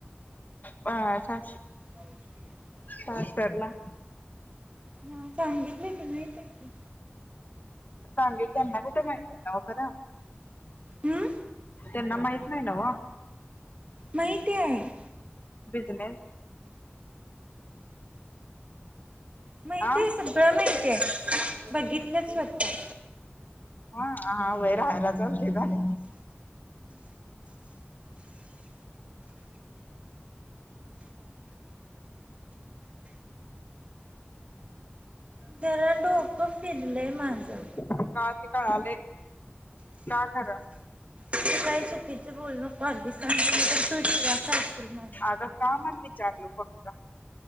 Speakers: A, on the left; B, on the right.
A: ह
B: <unintelligible>
A: सासरला.
B: ह सांगितलं की मीचयेकी
A: सांगे त्यांना कुठे माहित नाव खरं.
B: हम्म!
A: त्यांना माहित नाही नवं.
B: माहिती हाय.
A: बिझनेस
B: माहित
A: आ
B: आहे सगळं माहित आहे. बघितलंच स्वतः
A: हा. हा व्हय राहायला <unintelligible> झाले.
B: जरा डोक फिरलंय माझं.
A: का ते कळालयं का खरं?
B: तु काय चुकीच बोलू नको आधीच सांगतो, नाय तर तु शिव्या खाशील. माझ्या
A: आगं का म्हणून विचारलं फक्तं?